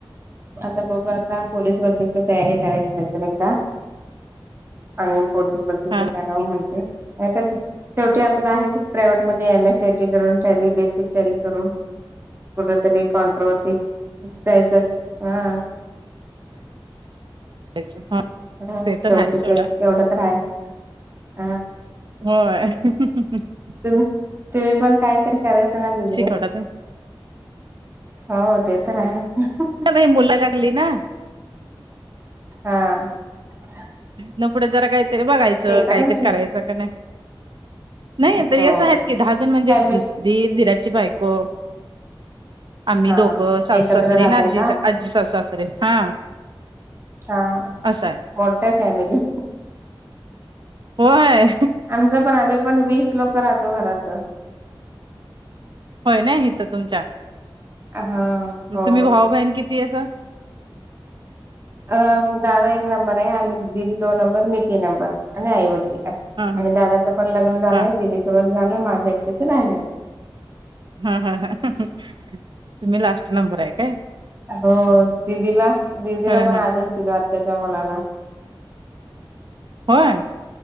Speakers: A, on the right; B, on the right.
A: आता बघ आता पोलिस बद्दलची तयारी करायची ह एकगदा. आणि पोलीस भरतीिच
B: हा
A: कराव म्हणते कात. शेवटी आपलं आहे प्रायव्हेट मध्ये एम एस एयटी करून टली बेसिक टॅली करून. कुठ तरी काॉनट्रवरतीसच हा.
B: यच <unintelligible>
A: हा
B: ते तर
A: शेवटी
B: आहे सोडा.
A: ते तेवढं तर आहे हा
B: होय. <unintelligible>
A: म तुम्हीं पणं काहीतरी करायचां नां बिझनेस.
B: शिकवला तर
A: काव ते तरं आहेच.
B: आत्या बाई मुलं लागली नां.
A: हां <inaudible> हां.
B: न पुढे जरा काहीतरी बघायचं
A: का
B: काहीतरी
A: तुमची
B: करायचं का नाही. नाही तरी
A: हो
B: असं आहे की दजण म्हणजे.
A: फॅमिली
B: धीर धीराची बायको. आम्ही
A: हा
B: दोघं सासू
A: एकत्र
B: सासरे
A: राहताय
B: आणि आजी
A: का
B: आजी सासू सासरे हा.
A: हा
B: असं
A: <inaudible>
B: आहे
A: मोठ्या फॅमिली.
B: होय.
A: आमचं पण आम्ही पण वीस लोक राहतो घरात.
B: होय नाही इथं तुमच्या.
A: हा. हो
B: तुम्ही भाऊ बहिण किती अस.
A: अ दादा एक नंबर आहे आम्ही दीदी दोन नंबर मी तीन नंबर आणि आई वडील.
B: हा
A: आणि
B: ह
A: दादाचं पण लग्न झालंय
B: हा
A: दिदीचं पण झालं माझं एकटीच आहे ना.
B: हां हां <inaudible> तुम्हीं लास्ट नंबर आहे कायं?
A: हो दिदीला दिदीला
B: ह
A: पणं
B: ह
A: आदेश दिला आत्यांच्या मुलालां
B: होय.